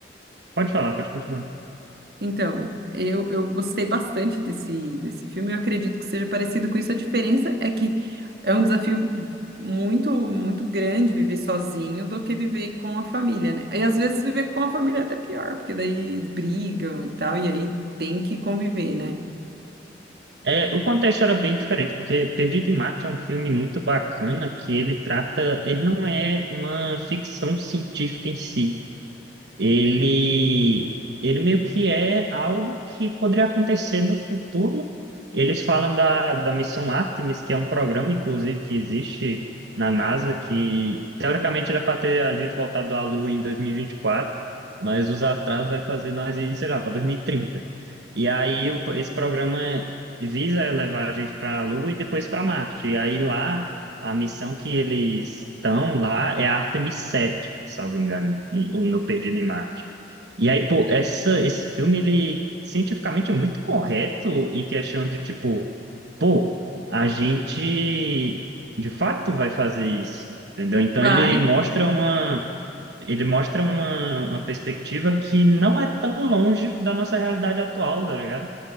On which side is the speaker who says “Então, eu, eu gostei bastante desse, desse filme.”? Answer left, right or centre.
Right